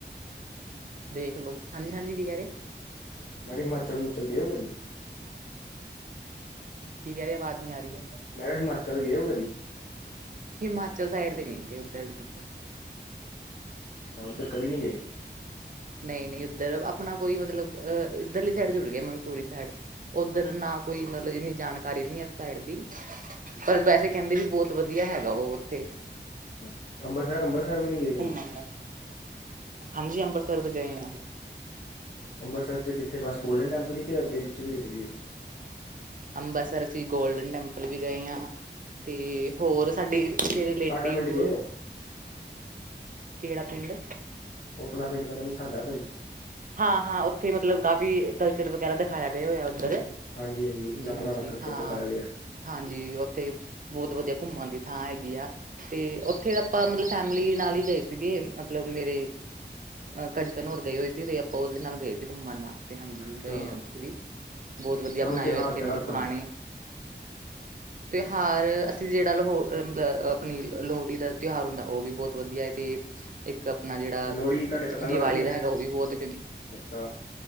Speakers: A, on the right; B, on the left.
A: ਦੇਖ ਲੋ, ਹਾਂਜੀ-ਹਾਂਜੀ ਕੀ ਕਹਿ ਰਹੇ।
B: ਮੈਂ ਕਿਹਾ ਹਿਮਾਚਲ ਮੂਚਲ ਗਏ ਓ ਕਦੀ?
A: ਕੀ ਕਹਿ ਰਹੇ ਆਵਾਜ਼ ਨੀ ਆ ਰਹੀ ਆ।
B: ਮੈਂ ਕਿਹਾ ਹਿਮਾਚਲ ਗਏ ਉਹ ਕਦੀ?
A: ਹਿਮਾਚਲ ਸਾਈਡ ਤੇ ਨੀ ਤੇ ਉੱਧਰ ਨੀ
B: ਤਾਂ ਉੱਧਰ ਕਦੇ ਨਹੀ ਗਏ।
A: ਨਹੀਂ ਨਹੀਂ ਉੱਧਰ ਆਪਣਾ ਕੋਈ ਮਤਲਬ ਇੱਧਰਲੀ ਸਾਈਡ ਜੁੜ ਗਿਆ ਮਨਸੂਰੀ ਸਾਈਡ। ਓਧਰ ਨਾ ਕੋਈ ਮਤਲਬ ਇੰਨੀ ਜਾਣਕਾਰੀ ਵੀ ਨ ਉਸ ਸਾਈਡ ਦੀ ਪਰ ਵੈਸੇ ਕਹਿੰਦੇ ਵੀ ਬਹੁਤ ਵਧੀਆ ਹੈਗਾ ਉਹ ਉੱਥੇ
B: ਹਾਂ ਅੰਬ੍ਰਿਸਰ ਅੰਮ੍ਰਿਤਸਰ ਵੀ ਨੀ ਗਏ ਕਦੀ।
A: ਘੁੰਮਣ ਦਾ ਹਾਂਜੀ ਅੰਮ੍ਰਿਤਸਰ ਤੋਂ ਗਏ ਆ।
B: ਅੰਮ੍ਰਿਤਸਰ ਚ ਕਿੱਥੇ ਬਸ ਗਲਡ ਟੈਂਪਲ ਈ ਗਏ ਅਗੇ ਪਿੱਛੇ ਵੀ ਕਿਤੇ ਗਈ ਹੋ।
A: ਅੰਬਰਤਸਰ ਅਸੀਂ ਗੋਲਡਨ ਟੈਂਪਲ ਵੀ ਗਏ ਹਾਂ। ਤੇ ਹੋਰ ਸਾਡੇ ਰਿਲੇਟਿਵ
B: ਸਾਡਾ ਪਿੰਡ ਗਏ ਹੋ
A: ਕਿਹੜਾ ਪਿੰਡ
B: ਉਹ ਆਪਣਾ ਪਿੰਡ ਪਤਾ ਨੀ ਸਾਡਾ ਪਿੰਡ
A: ਹਾਂ ਹਾਂ ਉੱਥੇ ਮਤਲਬ ਕਾਫੀ ਕਲਚਰ ਵਗੈਰਾ ਦਿਖਾਇਆ ਗਏ ਹੋਇਆ ਉੱਧਰ।
B: ਹਾਂਜੀ ਹਾਂਜੀ ਆਪਣਾ
A: ਹਾਂਜੀ
B: ਪੁਰਾਣਾ ਕਲਚਰ
A: ਹਾਂ
B: ਦਿਖਾਇਆ ਗਿਆ।
A: ਹਾਂਜੀ ਉੱਥੇ ਬਹੁਤ ਵਧੀਆ ਘੁੰਮਣ ਦੀ ਥਾਂ ਹੈਗੀ ਆ। ਤੇ ਉੱਥੇ ਆਪਾਂ ਮਤਲਬ ਫੈਮਿਲੀ ਨਾਲ ਹੀ ਗਏ ਸੀਗੇ ਮਤਲਬ ਮੇਰੇ ਅ ਖਜਤਨ ਹੋਰ ਗਏ ਹੋਏ ਸੀ ਤੇ ਆਪਾਂ ਉਹਦੇ ਨਾਲ ਗਏ ਸੀ ਘੁੰਮਣ ਵਾ। ਹਾਂਜੀ
B: ਅੱਛਾ
A: ਗਏ ਆ ਉੱਥੇ ਵੀ ਬਹੁਤ ਵਧੀਆ
B: ਤੁਹਾਨੂੰ
A: ਬਣਾਏ
B: ਤਿਉਹਾਰ
A: ਹੋਏ ਇੱਥੇ
B: ਕਿਹੜਾ
A: ਮਤਲਬ
B: ਪਸੰਦ
A: ਪੁਰਾਣੇ <inaudible> ਤਿਉਹਾਰ ਅਸੀਂ ਜਿਹੜਾ ਲੋਹ ਮਤਲਬ ਆਪਣੀ ਲੋਹੜੀ ਦਾ ਤਿਉਹਾਰ ਹੁੰਦਾ ਉਹ ਵੀ ਬਹੁਤ ਵਧੀਆ ਏ ਤੇ ਇੱਕ ਆਪਣਾ ਜਿਹੜਾ
B: ਹੈ ਲੋਹੜੀ ਤੁਹਾਡੇ ਪਤੰਗਾਂ
A: ਦੀਵਾਲੀ
B: ਉੱਡਦੀਆਂ
A: ਦਾ ਹੈਗਾ ਉਹ ਵੀ ਬਹੁਤ
B: ਅੱਛਾ